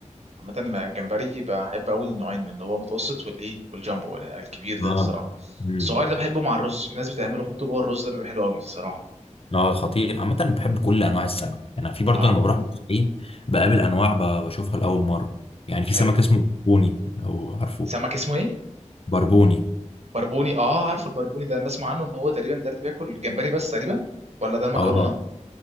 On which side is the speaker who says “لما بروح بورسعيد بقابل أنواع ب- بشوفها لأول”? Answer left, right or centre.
Left